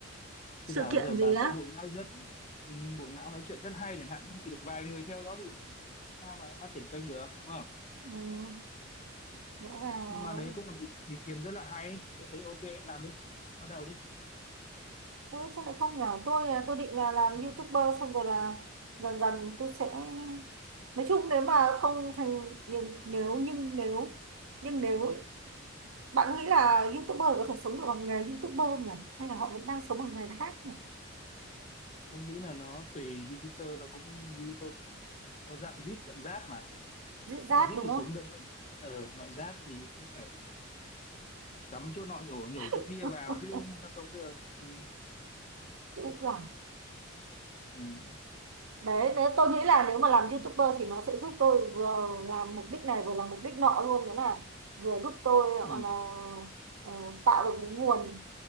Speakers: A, on the right; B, on the left.
A: sự
B: chứ bà
A: kiện
B: bây giờ bà
A: gì đó.
B: có bộ não rất ừ, bộ não nói chuyện rất hay chẳng hạn nhưng chỉ được vài người theo đó thì làm sao mà phát triển kênh được đúng không
A: Ừ, rõ ràng rồi.
B: nhưng mà đấy cũng là một ý ý kiến rất là hay tôi thấy ok làm đi bắt đầu đi
A: Ừ, sao lại không nhở? Tôi à, tôi định là làm
B: ừ.
A: YouTuber xong rồi là dần dần tôi sẽ nói chung nếu mà không thành nhưng nếu nhưng nếu nhưng nếu bạn nghĩ là YouTuber có thể sống được bằng nghề YouTuber không nhỉ? Hay là họ vẫn đang sống bằng nghề khác nhỉ?
B: tôi nghĩ là nó tùy Jupiter nó cũng Jupiter nó cũng có dạng zit dạng giáp mà
A: Dễ dát
B: lại zit
A: đúng
B: thì
A: không?
B: sống được loại ở loại giáp thì cũng phải cắm chỗ nọ nhổ nhổ chỗ
A: <laughs>
B: kia vào chứ sao sống được ừ.
A: Dễ dàng.
B: Ừ.
A: đấy nếu tôi nghĩ là nếu mà làm YouTuber thì nó sẽ giúp tôi vừa làm mục đích này vừa làm mục đích nọ luôn cái là vừa giúp tôi
B: Ừ.
A: gọi là ờ, tạo được cái nguồn